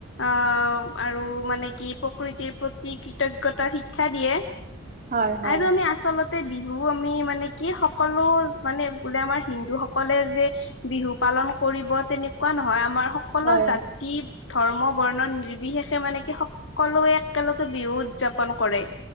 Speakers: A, on the left (about 70°); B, on the right (about 45°).
A: আহ আৰু মানে কি প্ৰকৃতিৰ প্ৰতি কৃতজ্ঞতা শিক্ষা দিয়ে।
B: হয় হয়
A: আৰু আমি আচলত তে বিহু আমি মানে কি সকলো মানে বোলে আমাৰ হিন্দু সকলে যে বিহু পালন কৰিব তেনেকুৱা নহয় আমাৰ সকলো
B: হয়
A: জা কি, ধৰ্ম বৰ্ণন নিৰ্বিশেষে মানে কি, স কলোৱে, একেলগে বিহু উদযাপন কৰে,